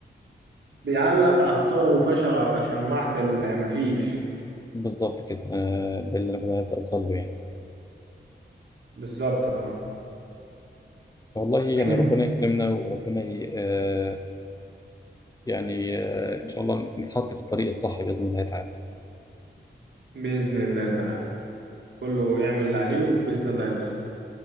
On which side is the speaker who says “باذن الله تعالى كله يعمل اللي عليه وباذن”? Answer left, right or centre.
Right